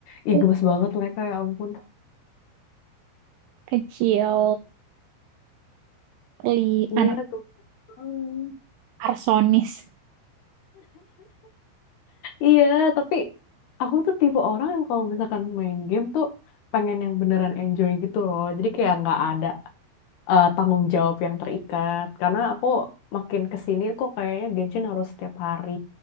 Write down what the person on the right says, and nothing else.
Itu
kecil, li
anak
arsonis.